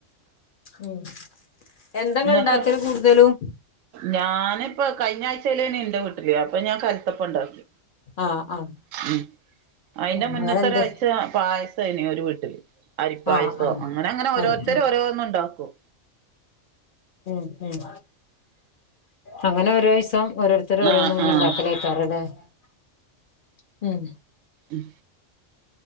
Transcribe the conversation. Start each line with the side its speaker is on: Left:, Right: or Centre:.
Left: ഉം എന്താ ഇങ്ങള്
Right: ങ്ങക്ക്
Left: ഇണ്ടാക്കല് കൂടുതലും
Right: ഞാനിപ്പ കയ്ഞ്ഞ ആഴ്ചയിലനി എന്റെ വീട്ടില അപ്പൊ ഞാൻ കല്ത്തപ്പ ഉണ്ടാക്കി
Left: ആഹ് ആഹ്
Right: ഉം അയിന്റെ
Left: ആ
Right: മുന്നത്തെരാഴ്ച
Left: അങ്ങനെ എന്ത്
Right: പായ സണ്ടായ്ന് ഒരു വീട്ടില് അരിപ്പായസം
Left: ആഹ് ആഹ്
Right: അങ്ങനെ അങ്ങനെ ഓരോരുത്തരു
Left: ആരും ഉം
Right: ഓരോന്ന് ണ്ടാക്കും
Left: മ് മ് അങ്ങനെ ഓരോയിസം ഓരോരുത്തർ ഓരോന്നും
Right: ആഹ്
Left: ങ്ങനെ
Right: ആഹ്
Left: ണ്ടാക്കലാ <unintelligible> ഉം
Right: ഉം